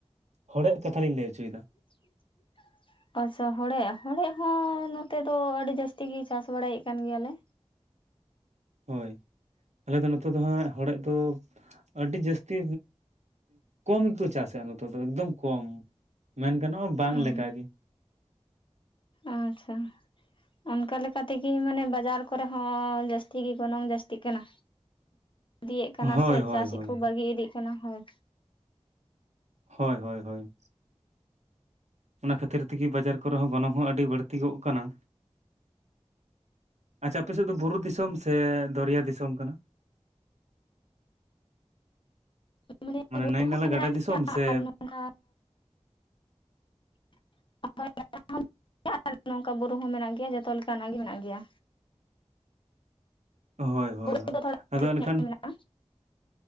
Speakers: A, on the right (about 85°); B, on the left (about 45°).
A: ᱦᱚᱲᱮᱫ ᱠᱟᱛᱷᱟ ᱞᱤᱧ ᱞᱟᱹᱭ ᱚᱪᱩᱭ ᱫᱟ᱾
B: <inaudible> ᱟᱪᱪᱷᱟ ᱦᱚᱲᱮᱜ ᱦᱚᱲᱮᱜ ᱦᱚᱸ ᱱᱚᱛᱮ ᱫᱚ ᱟᱹᱰᱤ ᱡᱟᱹᱥᱛᱤ ᱜᱤ ᱪᱟᱥ ᱵᱟᱲᱟᱭᱮᱜ ᱠᱟᱱ ᱜᱮᱭᱟ ᱞᱮ᱾
A: ᱦᱳᱭ ᱟᱞᱮ ᱫᱚ ᱱᱚᱛᱮ ᱫᱚ ᱦᱟᱸᱜ ᱦᱚᱲᱮᱜ ᱫᱚ ᱟᱹᱰᱤ ᱡᱟᱹᱥᱛᱤ ᱠᱚᱢ ᱜᱮᱠᱚ ᱪᱟᱥᱟ ᱱᱚᱛᱮ ᱫᱚ ᱮᱠᱫᱚᱢ ᱠᱚᱢ᱾ ᱢᱮᱱ ᱜᱟᱱᱚᱜᱼᱟ ᱵᱟᱝ
B: ᱦᱩᱸ
A: ᱞᱮᱠᱟᱜ ᱜᱮ᱾
B: ᱟᱪᱪᱷᱟ᱾ ᱚᱱᱠᱟ ᱞᱮᱠᱟ ᱛᱮᱜᱮ ᱢᱟᱱᱮ ᱵᱟᱡᱟᱨ ᱠᱚᱨᱮ ᱦᱚᱸ ᱡᱟᱹᱥᱛᱤ ᱜᱮ ᱜᱚᱱᱚᱝ ᱡᱟᱹᱥᱛᱤᱜ ᱠᱟᱱᱟ᱾ ᱤᱫᱤᱭᱮᱜ ᱠᱟᱱᱟ
A: ᱦᱳᱭ
B: ᱥᱮ
A: ᱦᱳᱭ
B: ᱪᱟᱥᱜᱮ
A: ᱦᱳᱭ
B: ᱠᱚ ᱵᱟᱹᱜᱤ ᱤᱫᱤᱜ ᱠᱟᱱᱟ ᱦᱳᱭ
A: ᱦᱳᱭ ᱦᱳᱭ ᱦᱳᱭ ᱚᱱᱟ ᱠᱷᱟᱹᱛᱤᱨ ᱛᱮᱜᱮ ᱵᱟᱡᱟᱨ ᱠᱚᱨᱮ ᱦᱚᱸ ᱜᱚᱱᱚᱝ ᱦᱚᱸ ᱟᱹᱰᱤ ᱵᱟᱹᱲᱛᱤ ᱠᱚᱜ ᱠᱟᱱᱟ᱾ ᱟᱪᱪᱷᱟ ᱟᱯᱮ ᱥᱮᱫ ᱫᱚ ᱵᱩᱨᱩ ᱫᱤᱥᱚᱢ ᱥᱮ ᱫᱚᱨᱭᱟ ᱫᱤᱥᱚᱢ ᱠᱟᱱᱟ?
B: ᱢᱟᱱᱮ ᱵᱩᱨᱩ
A: ᱱᱟᱹᱭ
B: ᱦᱚᱸ
A: ᱱᱟᱞᱟ
B: ᱢᱮᱱᱟᱜ
A: ᱜᱟᱰᱟ ᱫᱤᱥᱚᱢ
B: ᱜᱮᱭᱟ
A: ᱥᱮ
B: ᱟᱨ ᱱᱚᱸᱠᱟᱼᱼ <unintelligible> <unintelligible> ᱱᱚᱝᱠᱟ ᱵᱩᱨᱩ ᱦᱚᱸ ᱢᱮᱱᱟᱜ ᱜᱮᱭᱟ ᱡᱚᱛᱚ ᱞᱮᱠᱟᱱᱟᱜ ᱜᱮ ᱢᱮᱱᱟᱜ ᱜᱮᱭᱟ᱾
A: ᱦᱳᱭ ᱦᱳᱭ
B: ᱵᱩᱨᱩ
A: ᱦᱚᱭ
B: ᱫᱚ ᱛᱷᱚᱲᱟ
A: ᱟᱫᱚ ᱮᱱᱠᱷᱟᱱ
B: ᱢᱮᱱᱟᱜᱼᱟ